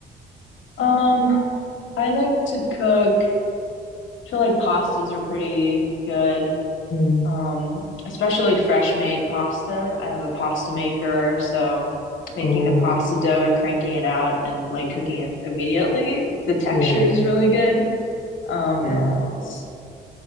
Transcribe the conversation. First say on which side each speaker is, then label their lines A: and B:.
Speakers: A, on the left; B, on the left.
A: Um, I like to cook. I feel like pastas are pretty good.
B: Mm.
A: Um, especially fresh made pasta. I have a pasta maker, so making
B: Oh,
A: the pasta dough and cranking it out and like cooking it immediately, the texture
B: yeah.
A: is really good. Um,
B: Yeah.
A: what else?